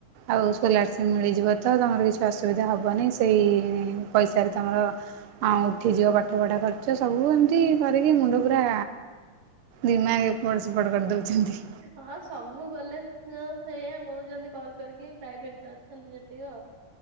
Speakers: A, on the right; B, on the right.
A: ଆଉ ସ୍କୋଲାରସିପ୍ ମିଳିଯିବ ତ ତମର କିଛି ଅସୁବିଧା ହବନି ସେଇ ପଇସାରେ ତମର। ଆଉ ଉଠି ଯିବ ପାଠ ପଢା ଖର୍ଚ୍ଚ ସବୁ ଏମିତି କରିକି ମୁଣ୍ଡ। ପୁରା ଦିମାଗ ଏପଟ ସେପଟ କରିଦଉଛନ୍ତି।
B: ହଁ ସବୁ କଲେଜ <unintelligible> ସେଇଆ କହୁଛନ୍ତି କଲ କରିକି ପ୍ରାଇଭେଟରେ ଅଛନ୍ତି ଯେତିକ।